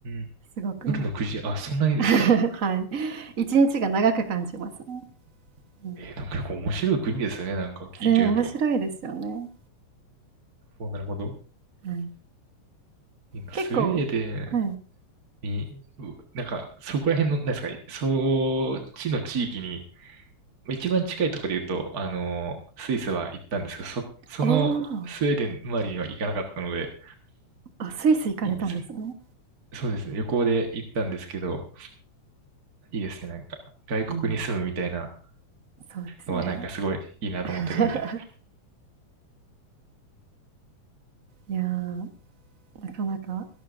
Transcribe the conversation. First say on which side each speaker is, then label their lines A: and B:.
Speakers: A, on the right; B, on the right.
A: ん。
B: すごくなんか
A: 夜の9時、あ、そんなにですか
B: <laughs>、はい、1日が長く感じますね。うん。
A: えーなんか結構面白い国ですね。なんか聞いてると。
B: ね、面白いですよね。
A: おなるほど。
B: はい。
A: 今、
B: 結構はい。
A: スウェーデンに、うなんか、そこら辺の、なんですか、そっちの地域に、まあ一番近いところで言うと、あの、スイスは行ったんですけど、そ、そのスウェーデン周りには行かなかったので、
B: ああ、あ、スイス行かれたんですね。
A: いいんですね。そうですね。旅行で行ったんですけど、いいですね。なんか、外国に住むみたいな
B: うん。そうですね。
A: のはなんかすごいいいなと思ってるんで、
B: <laughs> いやー、なかなか